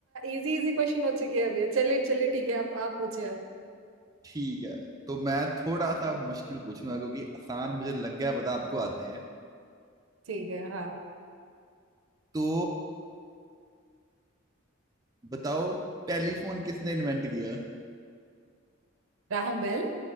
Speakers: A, on the right; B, on the right.
A: इजी इजी क्वेश्चन हो चुकी है अभी चलिए चलिए ठीक है आप आप पूछिए अब
B: ठीक है तो मैं थोड़ा सा मुश्किल पूछूंगा क्योंकि आसान मुझे लग गया पता आपको आते हैं
A: ठीक है हाँ
B: तो बताओ टेलीफोन किसने इन्वेंट किया
A: राहम बेल